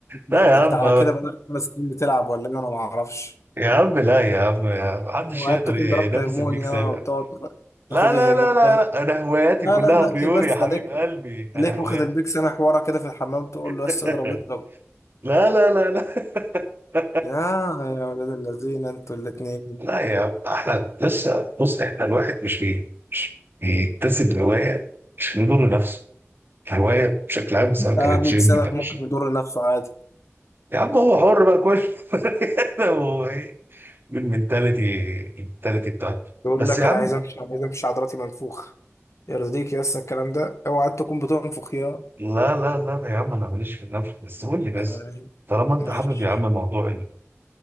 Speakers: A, on the left; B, on the right.
A: لا.
B: لا يا
A: انت
B: عم
A: على كده بقالك خمس سنين بتلعب ولا ايه انا ما اعرفش
B: يا عم لا يا عم يا عم. محدش
A: وقعدت
B: يقدر
A: تكون
B: ينافس
A: ضربت هرمونيا
B: الميك سامع
A: وتقعد
B: لا
A: تاخد لي
B: لا
A: الهرمون
B: لا لا
A: ده
B: لا انا هواياتي
A: لا
B: كلها
A: لا لا
B: بيور
A: ايه بس
B: يا حبيب
A: ده ليك
B: قلبي انا
A: ليك
B: هوايات
A: واخد البيك سنة حوارة كده في الحمام تقول له بس
B: <laughs>
A: اضرب اضرب
B: لا لا لا لا
A: يا يا ولاد الذين انتوا الاتنين
B: لا يا احنا لسه بص احنا الواحد مش بي مش بيكتسب هوايه عشان يضر نفسه الهوايه بشكل عام سواء كانت
A: اه بيك
B: جيم
A: سنة
B: تمشي
A: ممكن يضر نفسه عادي
B: يا عم هو حر بقى كل <laughs> هو ايه بالمنتاليتي المنتاليتي بتاعته
A: يقول
B: بس
A: لك
B: يا عم
A: انا عايز امشي عايز امشي عضلاتي منفوخة يرضيك يا اسطى الكلام ده اوعى تكون بتنفخ يا
B: لا لا لا يا عم انا ماليش في النفس بس قول لي بس
A: آه،
B: طالما انت
A: ماشي
B: حابب يا عم موضوع